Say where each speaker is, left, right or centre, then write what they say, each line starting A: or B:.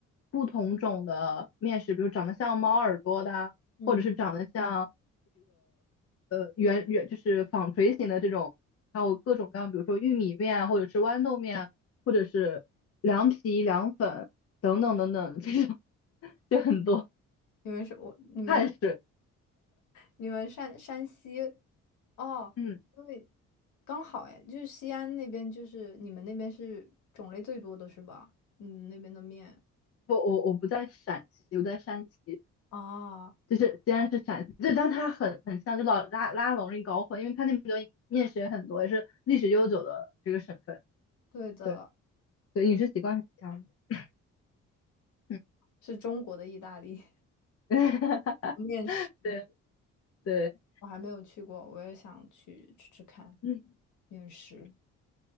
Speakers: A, on the left; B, on the left.
A: 不同种的面食，比如长得像猫耳朵的啊或者是长得像
B: 嗯，
A: 呃圆圆就是纺锤形的这种，还有各种各样，比如说玉米面啊或者是豌豆面啊或者是凉皮、凉粉等等等等，这种 <laughs> 就很多
B: 你们是我，你们这
A: 碳水，
B: 你们山山西，哦，
A: 嗯。
B: 因为刚好哎，就是西安那边，就是你们那边是种类最多的是吧？你们那边的面
A: 不，我我不在陕西，我在山西，
B: 啊，
A: 就是虽然是陕西，就但它很很像，就老拉拉拢一搞混，因为它那边面食也很多，也是历史悠久的这个省份，
B: 对的，
A: 对，对，饮食习惯很像的，嗯，
B: 是中国的意大利
A: <laughs>
B: <laughs> 面食，
A: 对对，
B: 我还没有去过，我也想去吃吃看
A: 嗯
B: 面食。